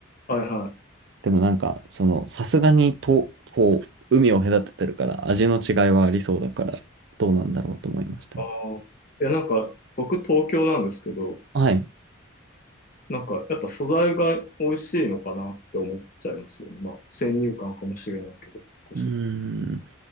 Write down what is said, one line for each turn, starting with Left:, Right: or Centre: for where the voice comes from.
Left: はいはい。
Right: でもなんか、その、さすがにと、こう、海を隔ててるから味の違いはありそうだから、どうなんだろうと思いましたね。
Left: あーいや、なんか、僕東京なんですけど、
Right: はい。
Left: なんか、やっぱ素材が美味しいのかなって思っちゃいますよね。まあ、先入観かもしれないけど。こし、
Right: うーん。